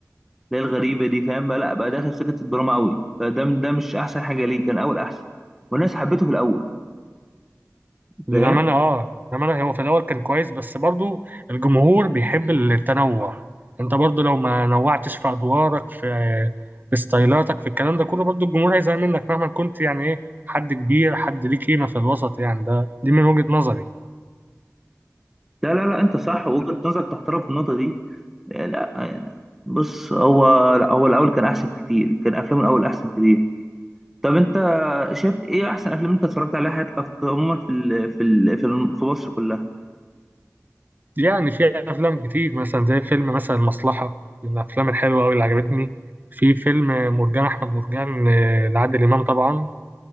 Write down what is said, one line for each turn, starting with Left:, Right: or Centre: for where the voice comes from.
Centre: اللي هي الغريبه دي فاهم بقى لا بقى داخل في سكه الدراما قوي فده ده مش احسن حاجه ليه كان اول احسن والناس حبته في الاول
Right: للأمانة
Centre: فاهم
Right: اه للأمانة هو في الأول كان كويس بس برضو الجمهور بيحب التنوع أنت برضو لو ما نوعتش في أدوارك في في ستايلاتك في الكلام ده كله برضو الجمهور هيزهق منك مهما كنت يعني إيه حد كبير حد ليه قيمة في الوسط يعني ده دي من وجهة نظري
Centre: لا لا لا انت صح وجهه نظرك تحترم في النقطه دي لا يعني بص هو لا هو الاول كان احسن كتير كان افلامه الاول احسن كتير طب انت شايف ايه احسن افلام انت اتفرجت عليها حياتك في- عموما في ال في ال في, ال- في مصر كلها
Right: يعني في أفلام كتير مثلا زي فيلم مثلا المصلحة من الأفلام الحلوة أوي اللي عجبتني في فيلم مرجان أحمد مرجان آه، لعادل إمام طبعا